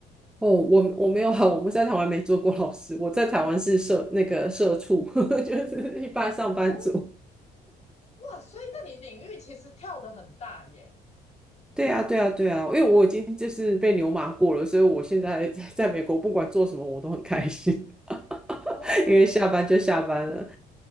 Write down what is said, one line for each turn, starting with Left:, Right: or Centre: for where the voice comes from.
Centre: 哦，我我没有啊，我们在台湾没做过老师，我在台湾是社那个社畜，<laughs> 就是一般上班族。
Left: 哦，哇，所以那你领域其实跳得很大耶。
Centre: 对啊，对啊，对啊，因为我已经就是被牛马过了，所以我现在 <laughs> 在在美国不管做什么我都很开心，
Left: 哦，
Centre: <laughs> 因为下班就下班了。